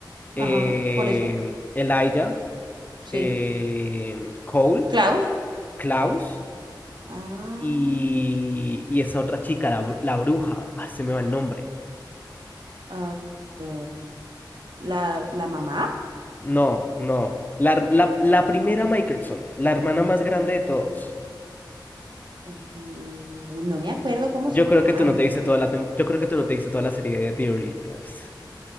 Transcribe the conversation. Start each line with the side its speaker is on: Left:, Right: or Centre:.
Right: Ajá,
Left: eh,
Right: por eso,
Left: Elijah,
Right: sí.
Left: eh, Cole,
Right: Klaus.
Left: Klaus
Right: Ah,
Left: y, y esa otra chica, la, br- la bruja, ah, se me va el nombre.
Right: ah, bah, la, la mamá.
Left: No, no. La, her- la, la primera Michelson, la hermana más grande de todos.
Right: Uh, no me acuerdo cómo
Left: Yo
Right: se
Left: creo
Right: llama.
Left: que tú no te viste toda la tem- yo creo que tú no te viste toda la serie de The Originals.